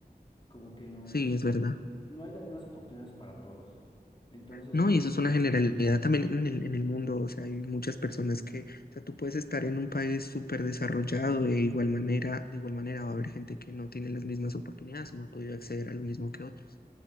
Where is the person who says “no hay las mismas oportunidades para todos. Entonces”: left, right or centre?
Left